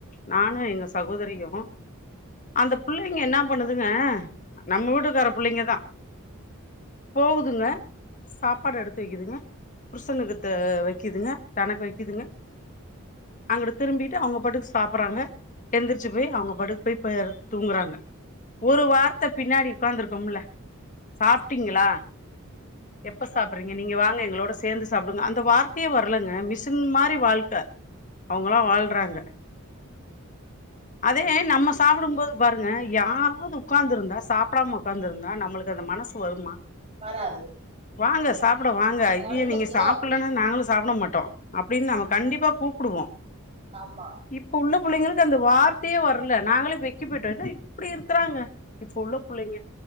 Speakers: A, on the left; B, on the right.
A: நானு எங்க சகோதரியு அந்த புள்ளைங்க என்ன பண்ணுதுங்க நம்ம வீட்டுக்கார புள்ளைங்க தா போகுதுங்க சாப்பாடு எடுத்து வைக்குதுங்க புருஷனுக்கு த வைக்கிதுங்க தனக்கு வைக்குதுங்க அங்குட்டு திரும்பிட்டு அவங்க பாட்டுக்கு சாப்பறாங்க எந்திரிச்சு போய் அவங்க பாட்டுக்கு போய்ப்ப தூங்குறாங்க ஒரு வார்த்த பின்னாடி உக்காந்துருக்கோம்ல சாப்ட்டீங்களா எப்ப சாப்பறீங்க நீங்க வாங்க எங்களோட சேந்து சாப்டுங்க அந்த வார்த்தையே வர்லங்க மிசின் மாரி வாழ்க்க அவங்கல்லா வாழ்றாங்க அதே நம்ம சாப்புடும்போது பாருங்க யாராது உக்காந்து இருந்தா சாப்டாம உட்காந்து இருந்தா நம்மளுக்கு அந்த மனசு வருமா
B: வராது
A: வாங்க சாப்ட
B: ஏன்னா
A: வாங்க
B: நம்ம
A: ஏயிய
B: வளந்த
A: நீங்க
B: விதோ
A: சாப்பிடலன்னா
B: அப்டி
A: நாங்களு சாப்ட மாட்டோ அப்டின்னு நமக் கண்டிப்பா கூப்டுவோ
B: ஆமா
A: இப்ப உள்ள புள்ளைங்களுக்கு அந்த வார்த்தையே வர்ல நாங்களே போய் க்கி போயிட்டோ என்ன இப்டி இருக்குறாங்க இப்ப உள்ள புள்ளைங்க